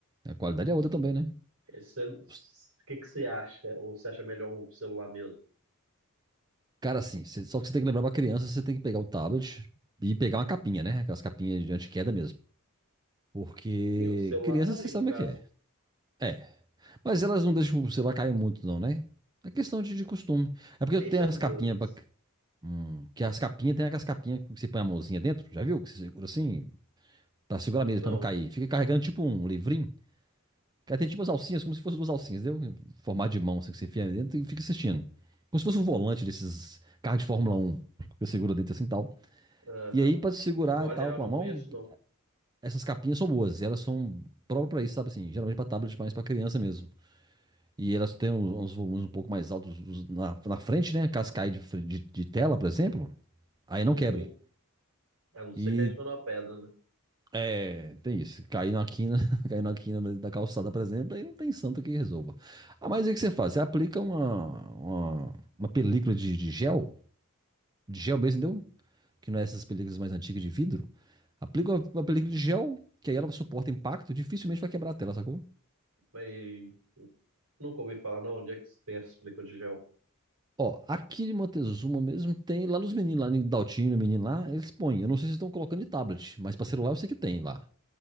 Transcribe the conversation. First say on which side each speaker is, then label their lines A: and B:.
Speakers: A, on the right; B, on the right.
A: A qualidade é outra também, né?
B: Esse- O
A: Os-
B: que que você acha? Ou você acha melhor um celular mesmo?
A: Cara, assim, cê- só que você tem que lembrar pra criança, você tem que pegar o tablet e pegar uma capinha, né? Aquelas capinhas de anti-queda mesmo. Porque
B: Sim, o celular
A: criança,
B: também,
A: você sabe
B: no caso.
A: o que é. É. Mas elas não deixam o celular cair muito, não, né? É questão de, de costume. É
B: Deixa
A: porque eu tenho
B: às
A: as
B: vezes.
A: capinhas pra... Hum, que as capinhas, tem aquelas capinhas que você põe a mãozinha dentro, já viu? Que você segura assim, pra segurar mesmo,
B: Não.
A: pra não cair. Fica carregando tipo um livrinho. Cara, tem tipo umas alcinhas, como se fossem duas alcinhas, deu? Formato de mão, assim, que você enfia dentro e fica assistindo. Como se fosse um volante desses carros de Fórmula 1. Você segura dentro assim e tal.
B: Aham.
A: E aí, pra se segurar
B: Vou olhar,
A: e tal com
B: eu não
A: a mão,
B: conheço, não.
A: essas capinhas são boas. E elas são próprias pra isso, sabe assim? Geralmente pra tablet, mas pra criança mesmo. E elas têm uns, uns volumes um pouco mais altos uns- na, na frente, né? Caso caia de, fre- de, de tela, por exemplo, aí
B: Uhum.
A: não quebre.
B: A não ser
A: E
B: que a gente for numa pedra, né?
A: É, tem isso. Cair na quina, <laughs> cair na quina da da calçada, por exemplo, aí não tem santo que resolva. Ah, mas aí o que você faz? Você aplica uma, uma, uma película de, de gel, de gel mesmo, entendeu? Que não é essas películas mais antigas de vidro. Aplica uma, uma película de gel, que aí ela suporta impacto, dificilmente vai quebrar a tela, sacou?
B: Mas Nunca ouvi falar, não. Onde é que tem essas películas de gel?
A: Ó, aqui de Montezuma mesmo tem lá nos meninos, lá em Daltino, menino lá, eles põem. Eu não sei se estão colocando em tablet, mas pra celular eu sei que tem lá.